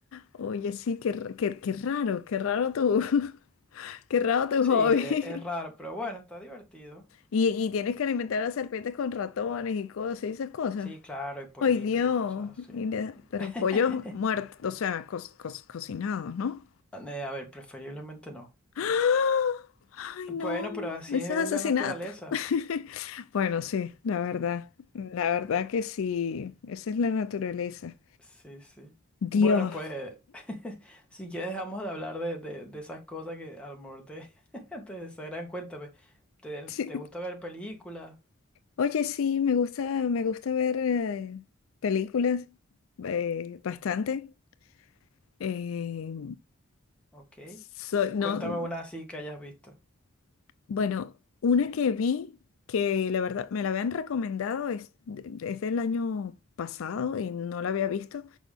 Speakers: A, on the left (about 70°); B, in the centre.
A: Oye, sí, qué, r- qué, qué raro, qué raro tu, <laughs> qué raro tu
B: Sí,
A: hobby.
B: e- es, raro,
A: <laughs>
B: pero bueno, está divertido.
A: Y, y tienes que alimentar a las serpientes con ratones y cosas y esas cosas.
B: Sí, claro, y pollitos
A: Ay, Dios.
B: y cosas así.
A: Y le- pero
B: <laughs>
A: pollos muertos, o sea, cos- cos- cocinados, ¿no?
B: Eh, A ver, preferiblemente no.
A: <gasps> ¡Ah! Ay, no,
B: Bueno, pero así
A: eso
B: es
A: es
B: la
A: asesinato.
B: naturaleza.
A: <laughs> Bueno, sí, la verdad, la verdad que sí, esa es la naturaleza.
B: Sí, sí.
A: Dios,
B: Bueno, pues <laughs> si ya dejamos de hablar de, de- de esas cosas que a lo mejor te, <laughs> te desagran, cuéntame. ¿Te,
A: sí,
B: te gusta ver películas?
A: Oye, sí, me gusta, me gusta ver eh, películas eh, bastante. Eh,
B: Ok.
A: soy, no,
B: Cuéntame una así que hayas visto.
A: bueno, una que vi que la verdad me la habían recomendado es, de- es del año pasado y no la había visto,